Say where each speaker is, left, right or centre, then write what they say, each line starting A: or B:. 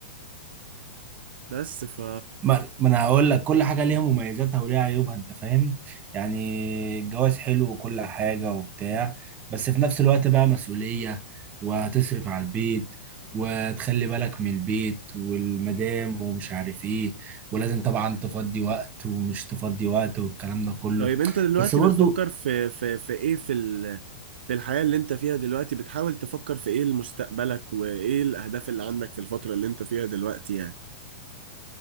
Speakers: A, on the right (about 75°); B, on the right (about 30°).
A: بس ف
B: ما ما انا هقول لك كل حاجه ليها مميزاتها وليها عيوبها انت فاهم يعني الجواز حلو وكل حاجه وبتاع بس في نفس الوقت بقى مسؤوليه وهتصرف على البيت وتخلي بالك من البيت والمدام ومش عارف ايه ولازم طبعا تفضي وقت ومش تفضي وقت والكلام ده كله
A: طيب انت دلوقتي
B: بس برضو
A: بتفكر في في في ايه في ال... في الحياة اللي انت فيها دلوقتي بتحاول تفكر في ايه لمستقبلك وايه الاهداف اللي عندك في الفترة اللي انت فيها دلوقتي يعني